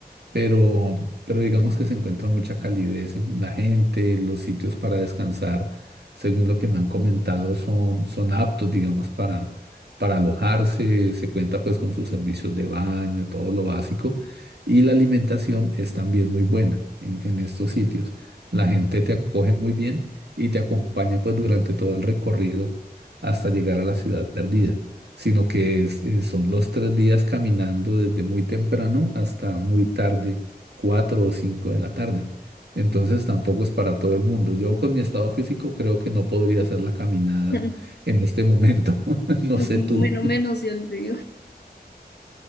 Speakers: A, on the right; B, on the left.
A: pero, pero digamos que se encuentra mucha calidez en la gente, los sitios para descansar, según lo que me han comentado, son, son aptos, digamos, para, para alojarse, se cuenta pues con sus servicios de baño, todo lo básico, y la alimentación es también muy buena en, en estos sitios. La gente te acoge muy bien y te acompaña pues durante todo el recorrido hasta llegar a la ciudad perdida sino que es- eh, son los tres días caminando desde muy temprano hasta muy tarde, cuatro o cinco de la tarde. Entonces tampoco es para todo el mundo. Yo con mi estado físico creo que no podría hacer la caminada
B: <laughs>
A: en este momento. <laughs> No
B: Bueno,
A: sé tú.
B: menos yo le digo.